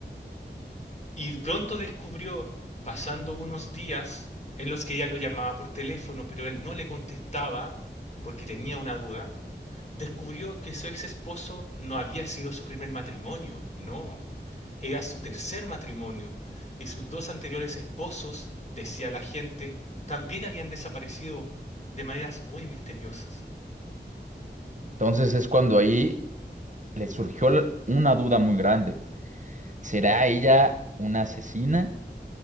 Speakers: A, on the left (about 40°); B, on the right (about 45°).
A: Y pronto descubrió, pasando unos días, en los que ella lo llamaba por teléfono, pero él no le contestaba porque tenía una duda, descubrió que su ex esposo no había sido su primer matrimonio, no, era su tercer matrimonio, y sus dos anteriores esposos, decía la gente, también habían desaparecido de maneras muy misteriosas.
B: Entonces es cuando ahí le surgió la- una duda muy grande. ¿Será ella una asesina?